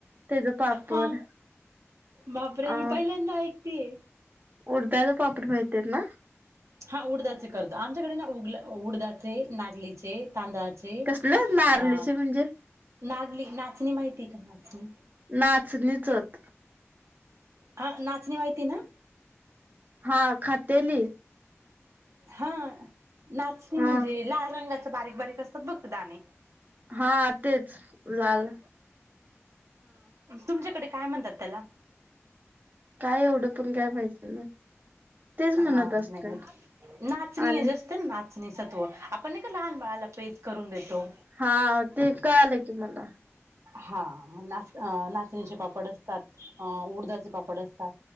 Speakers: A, on the right; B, on the right.
A: त्याच पापड.
B: हा बापरे
A: अ
B: मी पहिल्यांदा ऐकतीये.
A: उडदाच पापड माहितेत ना
B: हां उडदाचे करतो आमच्याकडे ना उ उडदाचे नागलीचे तांदळा चे
A: कसलं नारलीचे
B: अ
A: म्हणजे
B: नागली नाचणी माहिती आहे का नाचणी?
A: नाचणी चत
B: हां नाचणी माहिती ना?
A: हां खातेली?
B: हां नाचणी
A: हा
B: म्हणजे लाल रंगाच बारीक बारीक असतात बघ दाणे.
A: हां तेच झाल.
B: तुमच्याकडे काय म्हणतात त्याला?
A: काय एवढं पण काय माहिती नाही तेच म्हणत
B: हां
A: असते
B: नाही म नाचणी
A: आणि
B: असत ना नाचणी सत्व आपण नाही का लहान बाळाला पेज करून देतो
A: हां ते कळालं की मला.
B: हां मग नाच अ नाचणीचे पापड असतात. अ उडदाचे पापड असतात